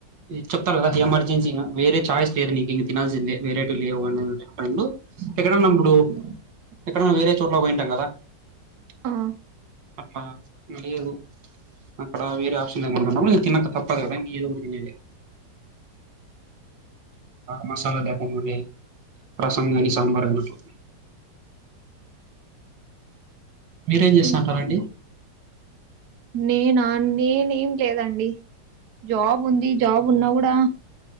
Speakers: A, on the right; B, on the right.
A: చెప్తారు కదా ఎమర్జెసీ వేరే చాయిస్ లేదు నీకు ఇంకా తినల్సిందే వేరేటు లేవు అండు ఎక్కడన్నా ఇప్పుడు ఎక్కడన్నా వేరే చోట్లో పోయింటాం కదా
B: ఆ!
A: అట్లా నీవ్ అక్కడ వేరే ఆప్షన్ లేనపుడు తనక తప్పదు కదా ఇంకా ఏదో ఒకటి తినాలి మసాలా లేకుండా ఉండేది రసం కాని సాంబార్ అన్నం కానీ మీరేం చేస్తుంటారండి
B: ఇ నేనా నేనేం లేదండి జాబ్ ఉంది జాబ్ ఉన్నా కూడా